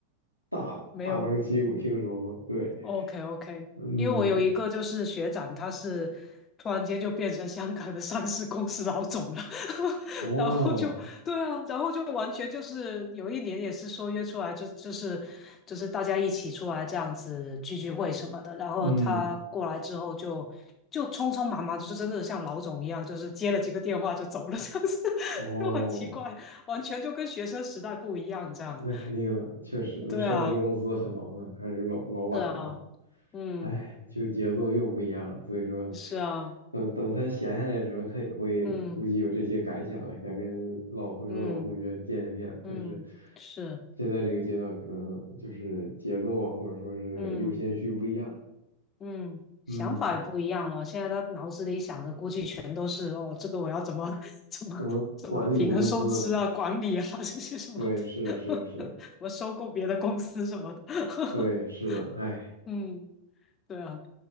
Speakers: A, on the left; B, on the left.
A: 大大张旗鼓听说过。
B: 没有，嗯
A: 对，
B: OK OK，
A: 嗯，
B: 因为我有一个就是学长，他是突然间就变成香港的上市公司老总了，<laughs>
A: 哦，
B: 然后就对啊，然后就完全就是有一年也是说约出来就就是就是大家一起出来这样子聚聚会什么的，然后他过来之后就就匆匆忙忙，
A: 嗯，
B: 就是真的像老总一样，就是接了几个电话就走了，这样子 <laughs>
A: 哦。
B: 就很奇怪，完全就跟学生时代不一样这样。
A: 那肯定的，确实，那上市公司很忙的，
B: 对啊，
A: 还是老老板的话，
B: 对啊，嗯，
A: 哎，就节奏又不一样了。所以说，
B: 是啊。
A: 等等他闲下来的时候，他也会估计有这些感想，
B: 嗯
A: 想跟老朋友、
B: 嗯
A: 老同学见见面。
B: 嗯，
A: 但是
B: 是，
A: 现在这个阶段，可能就是节奏啊，或者说是优先序不一样。
B: 嗯嗯，
A: 嗯，
B: 想法也不一样了。现在他脑子里想的估计全都是哦，这个我要怎么 <laughs> 怎么怎么平衡收支啊、
A: 怎么管理公司？
B: 管理啊 <laughs> 这些什么的，
A: 对，是的，是的，是的，
B: <laughs> 我收购别的公司什么的。
A: 对，是的，
B: <laughs>
A: 哎。
B: 嗯，对啊，